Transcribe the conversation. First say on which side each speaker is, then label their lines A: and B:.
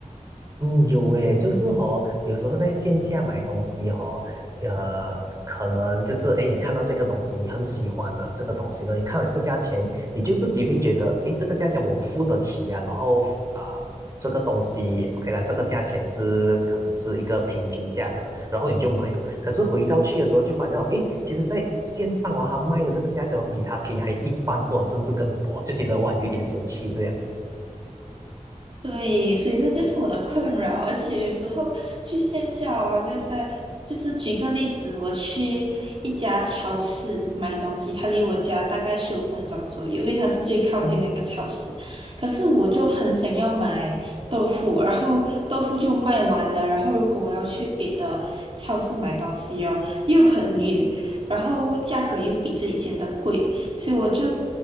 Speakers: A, on the right; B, on the right.
A: 嗯，有诶，就是哦，有时候在线下买东西哦，呃，可能就是诶，你看到这个东西，你很喜欢的这个东西呢，你看到这个价钱，你就自己会觉得，诶，这个价钱我付得起呀、然后啊、这个东西 OK 啦，这个价钱是可能是一个平均价格，然后你就买哦。可是回到去的时候，就发现到，诶，其实在线上哦，他卖的这个价钱哦比他便宜还一半，或者甚至更多，就觉得哇，有一点生气这样。
B: 对，所以这就是我的困扰，而且有时候去线下哦，那些就是举个例子，我去一家超市买东西，它离我家大概十五分钟左右，因为它是最靠近的一个超市。可是我就很想要买豆腐，然后豆腐就卖完了，然后如果我要去别的超市买东西哦，又很远，然后价格又比这一间的贵，所以我就